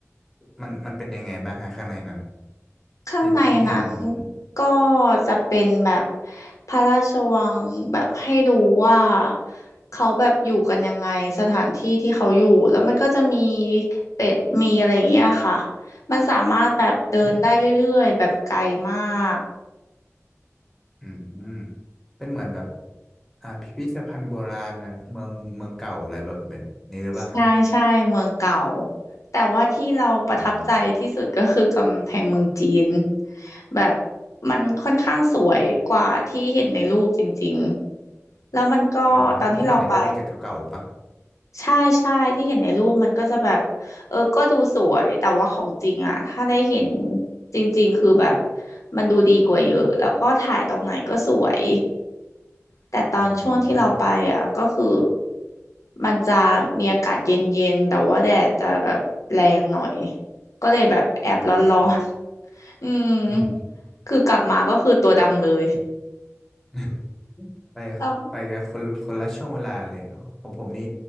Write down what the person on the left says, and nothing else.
ข้างในนั้น
ก็จะเป็นแบบพระราชวังแบบให้ดูว่าเขาแบบอยู่กันยังไงสถานที่ที่เขาอยู่แล้วมันก็จะมีเป็ดมีอะไรอย่างเงี้ยค่ะมันสามารถแบบเดินได้เรื่อยๆแบบไกลมาก
ใช่ใช่เมืองเก่าแต่ว่าที่เราประทับใจที่สุดก็คือกำแพงเมืองจีน
แบบมันค่อนข้างสวยกว่าที่เห็นในรูปจริงๆแล้วมันก็ตอนที่เราไป
ใช่ใช่ที่เห็นในรูปมันก็จะแบบเออก็ดูสวยแต่ว่าของจริงอ่ะถ้าได้เห็นจริงๆคือแบบมันดูดีกว่าเยอะแล้วก็ถ่ายตรงไหนก็สวยแต่ตอนช่วงที่เราไปอ่ะก็คือ
มันจะมีอากาศเย็นๆแต่ว่าแดดจะแบบแรงหน่อยก็เลยแบบแอบร้อนๆ
<laughs> อืม
คือกลับมาก็คือตัวดำเลย
แล้ว